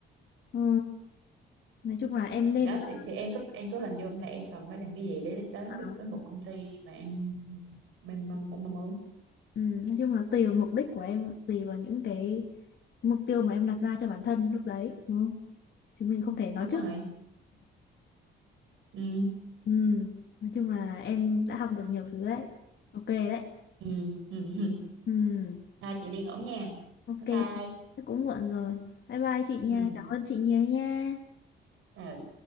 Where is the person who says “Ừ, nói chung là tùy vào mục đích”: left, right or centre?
Left